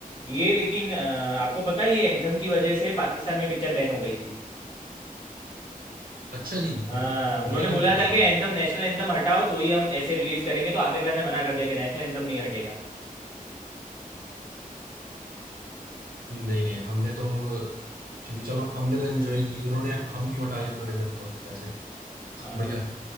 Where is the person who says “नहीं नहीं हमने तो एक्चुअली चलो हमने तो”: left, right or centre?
Right